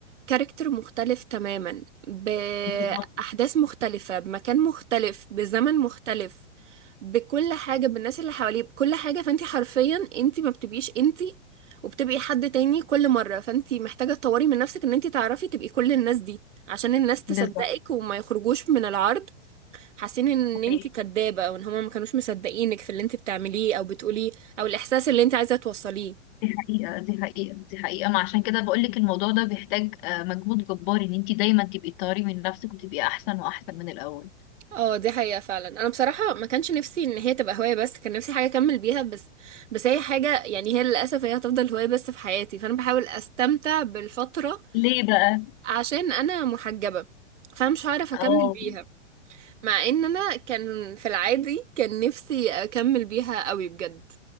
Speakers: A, on the right (about 75°); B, on the left (about 45°).
A: كاركتر مختلف تماما بأحداث
B: بالظبط
A: مختلفة بمكان مختلف بزمن مختلف بكل حاجة بالناس اللي حواليه بكل حاجة فانتي حرفيا انتي ما بتبقيش انتي وبتبقي حد تاني كل مرة فانتي محتاجة تطوري من نفسك ان انتي تعرفي تبقي كل الناس دي عشان الناس تصدقك
B: بالظبط
A: وما يخرجوش من العرض حاسين ان
B: صحيح
A: انت كدابة او ان هما ما كانوش مصدقينك في اللي انت بتعمليه او بتقوليه او الاحساس اللي انت عايزة توصليه
B: دي حقيقه دي حقيقه دي حقيقه ما عشان كده بقول لك الموضوع ده بيحتاج آه، مجهود جبار ان انت دايما تبقي تطوري من نفسك وتبقي احسن واحسن من الاول
A: اه دي حقيقة فعلا انا بصراحة ما كانش نفسي ان هي تبقى هواية بس كان نفسي حاجة اكمل بيها بس بس هي حاجة يعني هي للاسف هي هتفضل هواية بس في حياتي فانا بحاول استمتع بالفترة
B: ليه بقى
A: عشان انا محجبة فمش هعرف اكمل
B: اه
A: بيها مع ان انا كان في العادي كان نفسي اكمل بيها قوي بجد